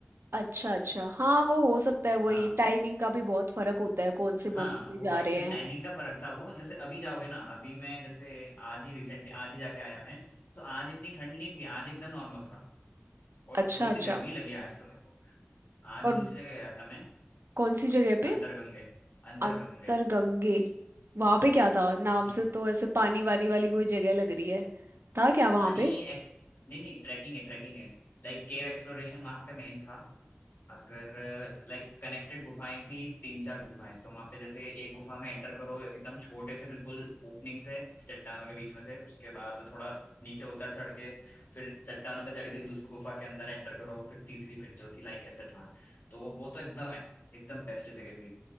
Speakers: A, on the right (about 75°); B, on the left (about 70°).
A: अच्छा अच्छा हाँ वो हो सकता है वही
B: हाँ
A: टाइमिंग का भी बहुत फर्क होता है कौन से
B: हाँ
A: मंथ में
B: वो
A: जा
B: एक्चुअली
A: रहे हैं
B: टाइमिंग का फर्क था वो जैसे अभी जाओगे ना अभी मैं जैसे आज ही रिसेंटली आज ही जाके आया मैं तो आज इतनी ठंड नहीं थी आज एकदम नॉर्मल था और
A: अच्छा
B: थोड़ी
A: अच्छा
B: सी गर्मी लगी आज तो मेरे को आज
A: और
B: दूसरी जगह गया था मैं
A: कौन सी जगह पे
B: अंतरगंगे अंतरगंगे
A: अंतरगंगे वहां पे क्या था नाम
B: हम्म।
A: से तो ऐसे पानी वानी वाली कोई जगह लग रही है था क्या वहां
B: पानी
A: पे
B: एक, नहीं नहीं ट्रैकिंग है ट्रैकिंग है लाइक केव एक्सप्लोरेशन वहां पे मेन था अगर लाइक कनेक्टेड गुफाएं थी तीन चार गुफाएं तो वहां पे जैसे एक गुफा में एंटर करो एकदम छोटे से बिल्कुल ओपनिंग से चट्टानों के बीच में से उसके बाद थोड़ा नीचे उतर चढ़ के फिर चट्टानों पे चढ़ के दूसरी गुफा के अंदर एंटर करो फिर तीसरी फिर चौथी लाइक ऐसे था तो वो तो एकदम है एकदम बेस्ट जगह थी